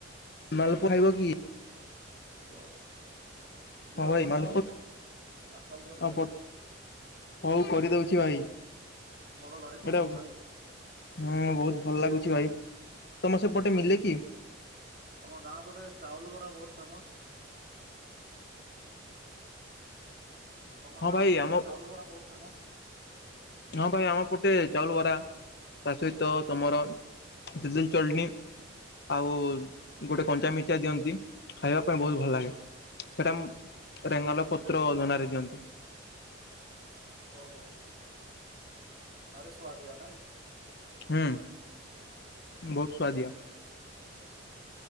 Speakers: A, on the left (about 55°); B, on the right (about 45°).
A: ମାଲପୁଆ ଖାଇବ କି?
B: ହ ଦିଅ
A: ହଁ ଭାଇ
B: ପଠାଅ
A: ମାଲପୁଆ
B: ପାର୍ସଲ କରିଦିଅ
A: ହଁ ପ ହଉ କରିଦଉଛି ଭାଇ
B: ମୋର ଭାରି
A: ଏଇଟା
B: ପସନ୍ଦ ଭାଇ
A: ହୁଁ ବହୁତ ଭଲ ଲାଗୁଛି ଭାଇ ତମ ସେପଟେ ମିଲେ କି?
B: ତମ ଗାଁ ପଟେ ଚାଉଲ ବରା ବହୁତ ଫେମସ ତମ
A: ହଁ
B: ଗାଁ
A: ଭାଇ
B: ପଟେ
A: ଆମ
B: ଚାଉଲ ବରା ବହୁତ ଫେମସ
A: ହଁ ଭାଇ ଆମର ପଟେ ଚାଉଲ ବରା ତା ସହିତ ତମର <unintelligible> କିଛିଦିନ ଚଲଣି <unintelligible> ଆଉ ଗୋଟେ କଞ୍ଚା ମିର୍ଚା ଦିଅନ୍ତି ଖାଇବା ପାଇଁ ବହୁତ ଭଲ ଲାଗେ ସେଟା
B: ଓ
A: ରେଙ୍ଗାଲ ପତ୍ର ଦନାରେ ଦିଅନ୍ତି
B: ଓହୋ। ଭାରି ସୁଆଦିଆ ନାଇଁ
A: ହଁ ହୁଁ ବହୁତ ସୁଆଦିଆ